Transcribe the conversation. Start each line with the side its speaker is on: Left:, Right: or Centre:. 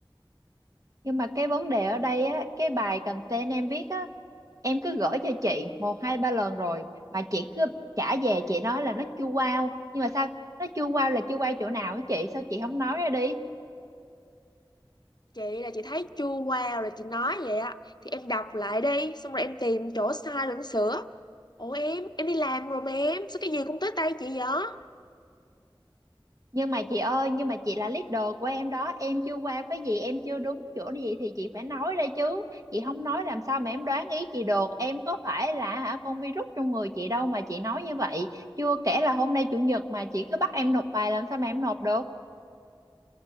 Right: Nhưng mà cái vấn đề ở đây á, cái bài content em viết á, em cứ gửi cho chị một hai ba lần rồi mà chị cứ trả về chị nói là nó chưa wow, nhưng mà sao nó chưa wow là chưa wow chỗ nào á chị, sao chị không nói ra đi?
Left: Chị là chị thấy chua qua rồi chị nói vậy á. Thì em đọc lại đi, xong rồi em tìm chỗ sai rồi em sửa. Ủa em, em đi làm rồi mà em, sao cái gì cũng tới tay chị vậy?
Right: nhưng mà chị ơi nhưng mà chị là leader của em đó em chưa qua cái gì em chưa đúng chỗ gì thì chị phải nói ra chứ chị không nói làm sao mà em đoán ý chị được em có phải là hả con virus trong người chị đâu mà chị nói như vậy chưa kể là hôm nay chủ nhật mà chị cứ bắt em nộp bài làm sao mà em nộp được